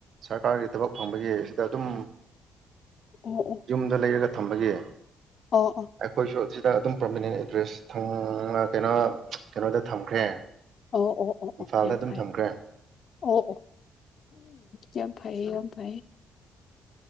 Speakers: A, on the right (about 60°); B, on the left (about 55°).
A: ꯁꯔꯀꯥꯔꯒꯤ ꯊꯕꯛ ꯐꯪꯕꯒꯤ ꯁꯤꯗ ꯑꯗꯨꯝ
B: ꯑꯣ ꯑꯣ
A: ꯨꯝꯗ ꯂꯩꯒ ꯊꯝꯕꯒꯤ
B: ꯑꯣ ꯑꯣ
A: ꯑꯦꯣꯏꯁꯨ ꯁꯤꯗ ꯑꯗꯨꯝ ꯄ꯭ꯔꯣꯃꯤꯅꯦꯟ ꯑꯦꯗ꯭ꯔꯦꯁ ꯀꯩꯅꯣ ꯀꯩꯅꯣꯗ ꯊꯝꯈ꯭ꯔꯦ
B: ꯑꯣ ꯑꯣ ꯑꯣ
A: ꯏꯝꯐꯥꯜꯗ
B: ꯑꯣ ꯌꯥꯝ
A: ꯑꯗꯨꯝ
B: ꯐꯥꯏ
A: ꯊꯝꯈ꯭ꯔꯦ
B: ꯑꯣ ꯑꯣ ꯀ ꯐꯥꯏꯌꯦ ꯌꯥꯝ ꯐꯥꯏ